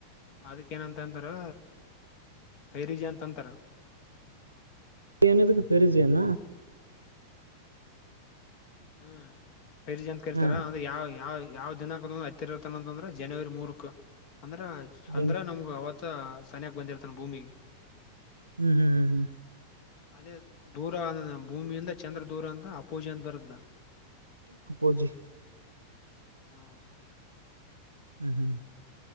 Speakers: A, on the left; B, on the right.
A: ಅದಕ್ಕ ಏನಂತ ಅಂದ್ರ ೈರಿಜ ಅಂತಂತಾರ ಹ
B: ನದಕ್ಕೆ ಪ್ರರುಜುಏ್ಣ
A: ಹ್ಮ್ ರಿಜ ಅಂತ ಕೇಳ್ತಾರ
B: ಹಾ
A: ಅಂದ್ರೆ ಯಾವ ಯಾವ ಯಾವ ದಿನಕಂತಂದ್ರೆ ಹತ್ತಿರತನ ಅಂತಂದ್ರೆ ಜನವರಿ ಮೂರಕ್ ಅಂದ್ರ ಚಂದ್ರ
B: ಹ್ಮ್
A: ನಮಗ ಅವತ್ ಸನ್ಯಾಗ ಬಂದಿರ್ತಾನ ಭೂಮಿ
B: ಹ್ಮ್ ಹ್ಮ್ ಹ್ಮ್ ಹ್ಮ್
A: ಅದೇ ದೂರ ಭೂಮಿಯಿಂದ ಚಂದ್ರ ದೂರ ಅಂತ ಅಪೋಜೆನ್ ಬರುದ
B: ಪ್ಪೋಜಿ
A: ಹ್ಮ
B: ಹ್ಮ್ ಹ್ಮ್